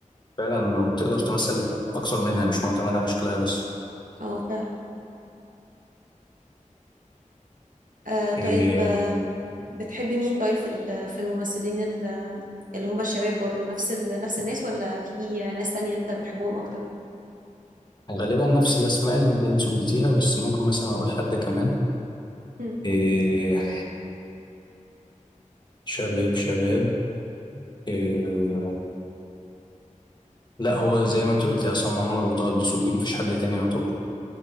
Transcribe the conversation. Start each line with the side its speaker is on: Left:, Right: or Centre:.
Left: فعلا وتقدر تمثل اكتر منها مش معتمد على شكلها بس
Right: اه فعلا آه طيب
Left: إيه
Right: آم، بتحبي مين طيب في ال- في الممثلين ال- اللي هما الشباب برضو نفس ال... نفس الناس ولا في ناس تانية أنت بتحبهم أكتر؟
Left: غالبا نفس الاسماء اللي انت قلتيها بس ممكن مثلا اقول حد كمان
Right: مم.
Left: إيه شباب شباب إيه لا هو زي ما انت قلت عصام عمر وطه الدسوقي مفيش حد تاني يعتبر